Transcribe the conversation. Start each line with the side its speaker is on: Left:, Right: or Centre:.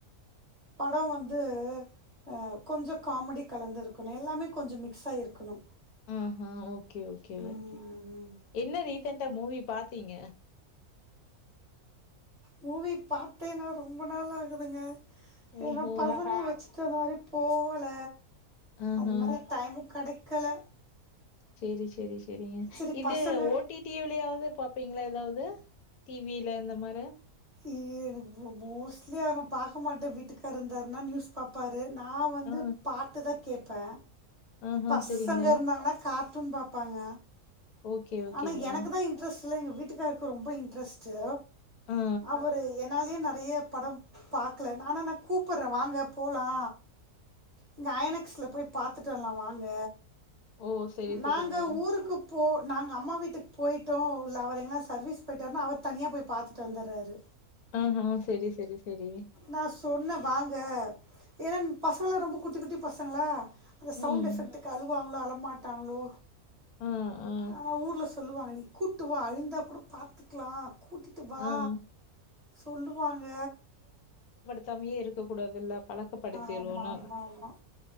Right: படோ வந்து எ கொஞ்சோ காமெடி கலந்து இருக்கணு எல்லாமே கொஞ்சோ மிக்ஸ் ஆகி இருக்கணு
Left: ஆ ஹா ஓகே ஓகே
Right: ம்
Left: என்ன ரீசண்டா மூவி பாத்தீங்க
Right: மூவி பாத்தே நா ரொம்ப நாள் ஆகுதுங்க ஏனா
Left: ஓஹோ!
Right: பழங்க வெச்சு த்த மாரி போகல
Left: ஆஹா.
Right: அந்த மாரி டைம் கெடைக்கல
Left: சேரி சேரி சேரிங்க
Right: சரி
Left: இது
Right: பசங்க
Left: ஓ டி டி விலயாவது பாப்பீங்ளா எதாவது டி வில இந்த மார
Right: இ எனக்கு மோ மோஸ்ட்லி நா பாக்க மாட்ட வீட்டுக்கார் இருந்தாருனா நியூஸ் பாப்பாரு நா வந்து
Left: ஆ.
Right: பாட்டுதா கேப்ப
Left: ஆஹா.
Right: பசங்க
Left: சரிங்க.
Right: இருந்தாங்கனா கார்ட்டூன் பாப்பாங்க
Left: ஓகே, ஓகேங்க.
Right: ஆனா எனக்குதா இன்ட்ரெஸ்ட்ல எங்க வீட்டுகாருக்கு ரொம்ப இன்ட்ரெஸ்ட்டு
Left: ஆ.
Right: அவரு என்னாலயே நெறய படம் பாக்கல நானா கூப்புர்ற வாங்க போலா இங்க அயனக்ஸ்ல போய் பாத்துட்டு வர்லா வாங்க
Left: ஓ! சரி,
Right: நாங்க
Left: சரிங்க.
Right: ஊருக்கு போ நாங்க அம்மா வீட்டுக்கு போய்டோ இல்ல அவர் எங்கனா சர்வீஸ் போயிட்டாருனா அவர் தனியா போய் பாத்துட்டு வந்தர்றாரு
Left: ஆஹா செரி செரி செரி
Right: நா சொன்ன வாங்க ஏனா பசங்கெல்லா ரொம்ப குட்டி குட்டி பசங்களா அந்த சவுண்ட்
Left: ம்.
Right: எஃபெக்ட்க்கு அழுவாங்ளோ அழமாட்டாங்ளோ
Left: ஆ, ஆ,
Right: ஆனா ஊர்ல சொல்லுவாங்க நீ கூட்டுவா அழுந்தா கூட பாத்துக்கலா கூட்டி ட்டு வா
Left: ஆ.
Right: சொல்லுவாங்க
Left: த்தாமயே இருக்க கூடாதல்ல பழக்கப்படுத்திர்ரோனு
Right: ஆமா ஆமா ஆமா